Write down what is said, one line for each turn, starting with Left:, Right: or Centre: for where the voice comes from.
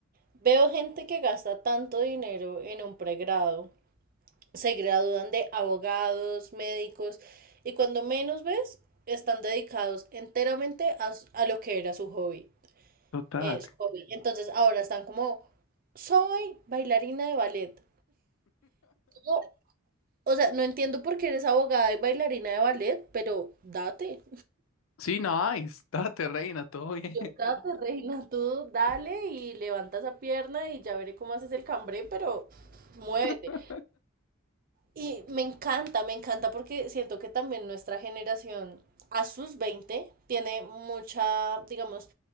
Right: veo gente que gasta tanto dinero en un pregrado. Se gradúan de abogados, médicos, y cuando menos ves, están dedicados enteramente a, s- a lo que era su hobby.
Left: Total.
Right: es hobby. Entonces ahora están como, soy bailarina de ballet. No, o sea, no entiendo por qué eres abogada y bailarina de ballet, pero date.
Left: Sí, nice. Date, reina, todo bien.
Right: Yo, date, reina, tú dale y levanta esa pierna y ya veré cómo haces el cambré, pero muévete.
Left: <laughs>
Right: Y me encanta, me encanta porque siento que también nuestra generación a sus 20 tiene mucha, digamos,